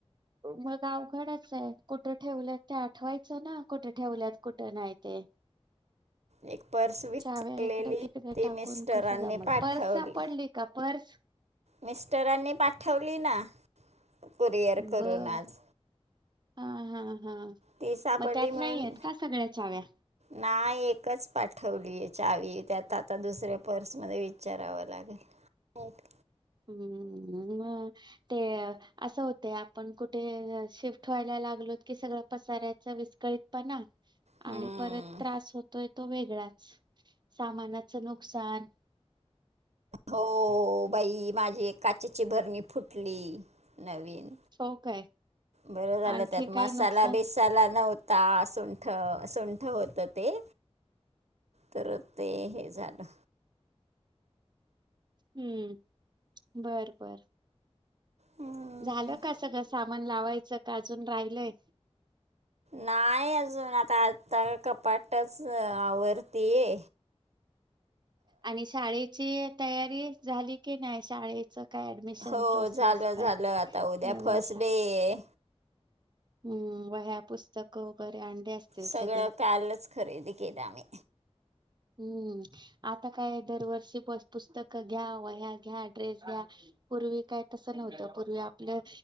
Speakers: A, on the right; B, on the right.
A: मग आवघडच आहे. कुठं ठेवल्यात ते आठवायचं ना? कुठं ठेवल्यात कुठं नाही? ते
B: एक पर्स विसरलेली
A: चाव्या इकडं तिकडं
B: ती
A: टाकून
B: मिस्टरांनी
A: कसं जमल
B: पाठवली.
A: पर्स सापडली का पर्स
B: मिस्टरांनी पाठवली ना कुरिअर करून
A: बर
B: आज.
A: हा हा हा
B: ती सापडली
A: मग त्यात
B: म्हणून
A: नाही आहेत का सगळ्या चाव्या?
B: नाही एकच पाठवलीय चावी त्यात, आता दुसऱ्या पर्स मध्ये विचारावं लागेल. एक.
A: हम्म हम ते असं होतया आपण कुठे शिफ्ट व्हायला लागलोत की, सगळं पसारायचं विस्कळीत पणा. आणि
B: हम्म
A: परत त्रास होतोय तो वेगळाच सामानाचं नुकसान.
B: हो बाई माझी काचेची भरणी फुटली नवीन.
A: हो काय
B: बरं झालं
A: आणखी
B: त्यात
A: काय
B: मसाला
A: नुकसान
B: बी साला नव्हता सुंठ, सुंठ होतं ते तर ते हे झालं.
A: हम्म बरं, बर.
B: हम्म,
A: झालं का सगळं सामान लावायचं का अजून राहिलय?
B: नाही अजून आता आता कपाटच आवरतीये.
A: आणि शाळेची तयारी झाली की नाही शाळेच? काय ऍडमिशन
B: हो
A: प्रोसेस
B: झालं झालं
A: काय
B: आता उद्या
A: नवीन
B: फर्स्ट
A: शाळा
B: डे आहे
A: हम्म व ह्या पुस्तकं वगैरे आणले‌ असतील
B: सगळं
A: सगळे.
B: कालच खरेदी केल्या आम्ही.
A: हम्म आता काय दरवर्षी पुस्तकं घ्या, वह्या घ्या, ड्रेस घ्या. पूर्वी काय तसं नव्हतं. पूर्वी आपलं